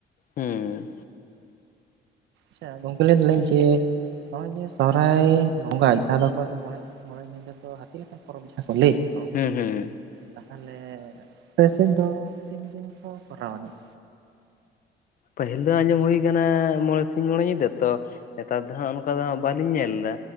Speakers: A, on the left (about 50°); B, on the right (about 80°).
A: ᱦᱩᱸ
B: ᱟᱪᱪᱷᱟ ᱜᱚᱝᱠᱮ ᱞᱟᱹᱭ ᱫᱟᱞᱤᱧ ᱠᱤ ᱱᱚᱜᱼᱚᱭ ᱡᱮ ᱥᱚᱦᱨᱟᱭ ᱵᱚᱸᱜᱟ ᱡᱟᱦᱟᱸ ᱫᱚ ᱚᱠᱚᱭ ᱫᱚ ᱢᱚᱬᱮ ᱥᱤᱧ ᱢᱚᱬᱮ ᱧᱤᱫᱟᱹ ᱠᱚ ᱦᱟᱹᱛᱤ ᱞᱮᱠᱟᱱ ᱯᱚᱨᱚᱵᱽ ᱡᱟᱦᱟᱸ ᱠᱚ ᱞᱟᱹᱭ ᱮᱫ ᱫᱚ
A: ᱦᱩᱸ ᱦᱩᱸ
B: ᱛᱟᱦᱞᱮ ᱟᱯᱮ ᱥᱮᱫ ᱫᱚ ᱛᱤᱱ ᱫᱤᱱ ᱠᱚ ᱠᱚᱨᱟᱣ ᱟᱹᱱᱤᱡ
A: ᱯᱟᱹᱦᱤᱞ ᱫᱚ ᱟᱸᱡᱚᱢ ᱦᱩᱭ ᱠᱟᱱᱟ ᱢᱚᱬᱮ ᱥᱤᱧ ᱢᱚᱬᱮ ᱧᱤᱫᱟᱹ ᱛᱚ ᱱᱮᱛᱟᱨ ᱫᱚ ᱦᱟᱸᱜ ᱚᱱᱠᱟ ᱫᱚ ᱵᱟᱹᱞᱤᱧ ᱧᱮᱞ ᱮᱫᱟ